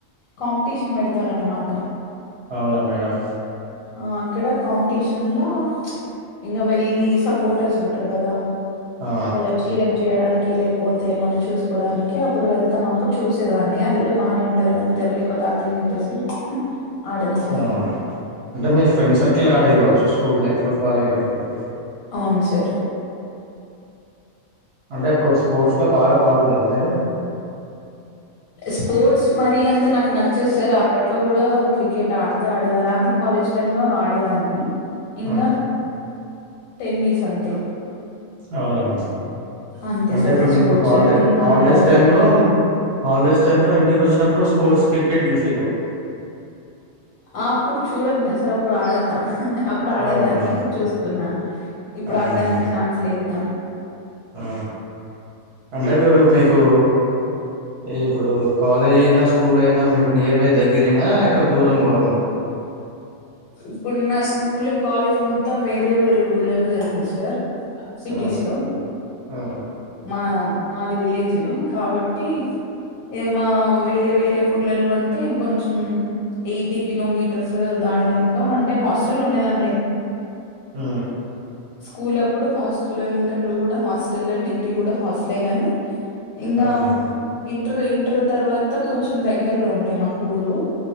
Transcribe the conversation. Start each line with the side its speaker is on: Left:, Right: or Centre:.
Left: కాంపిటీషన్ పెడతారన్నమాట
Right: అవునా మేడం
Left: ఆ అక్కడ కాంపిటిషన్లా ఇంగ వెళ్లి సపోర్టర్స్ ఉంటార్ కదా
Right: ఆ
Left: వాళ్ళ చీరప్ చేయడానికి లేకపోతే మనం చూస్కోడానికి అపుడు వెళ్తాం అప్పుడు చూసేదాన్ని అది గుడా బానే వుంటది గని దెబ్బలు ఎక్కువ తాకుతాయి అని చెప్పేసి ఆడను సార్.
Right: అవునా అంటే మీ ఫ్రెండ్ సర్కిల్ ఆడేది కావచ్చు స్కూల్ లైఫ్ కాలేజ్ లైఫ్ లో
Left: అవును సార్
Right: అంటే ఇప్పుడు స్పోర్ట్స్ లో బాగా పాల్గొనేదా మీరు
Left: స్పోర్ట్స్ మరీ అంత నాక్ నచ్చేదు సార్ అప్పట్లో గుడా క్రికెట్ ఆడితే ఆడేదాన్ని అది కాలేజ్ టైమ్లో ఆడేదాన్ని ఇంగ
Right: ఆ,
Left: టెన్నీస్ అంతే
Right: అవునా అమ్మ
Left: అంతే
Right: అంటే
Left: సార్
Right: ఇప్పుడు
Left: మా
Right: మీకు
Left: స్పోర్ట్స్
Right: హాలిడే
Left: అంటే ఇంకా
Right: హాలిడేస్
Left: అన్ని రావు
Right: టైమ్లో హాలిడేస్ టైమ్లో ఇంటికి వచ్ ప్పుడు స్పోర్ట్స్ క్రికెట్ చూస్
Left: ఆ అప్పుడు చూడను కదా సార్ అప్పుడు ఆడతా అప్పుడు ఆడేదాన్ని
Right: అవునా
Left: ఇప్పుడు చూస్తున్నా ఇప్పుడు
Right: అవునా
Left: ఆడడానికి
Right: మేడం
Left: ఛాన్స్ లేదుగా
Right: ఆ అంటే ఇప్పుడు మీకు ఈ ఇప్పుడు కాలేజ్ అయినా స్కూల్ అయినా మీకు నియర్ బై దగ్గరేనా ఎక్కువ దూరం పోవాల్నా
Left: ఇప్పుడు నా స్కూల్ కాలేజ్ మొత్తం వేరే వేరే ఊర్లలో జరిగింది సార్ సిటీస్లో
Right: ఆ ఆ
Left: మా మాది విలేజే. కాబట్టి ఏ మా వేరే వేరే ఊర్లలో అంటే కొంచం ఎయిటీ కిలోమీటర్స్ దాట్ నంకా అంటే హాస్టల్ ఉండేదాన్ని లే
Right: మ్
Left: స్కూల్ అప్పుడు హాస్టల్, ఇంటర్ గూడా హాస్టల్, డిగ్రీ గూడా హాస్టలే గాని ఇంకా
Right: అవునమ్మా
Left: ఇ ఇ ఇంటర్ తర్వాత కొంచం దగ్గరలో ఉండే మాకూరు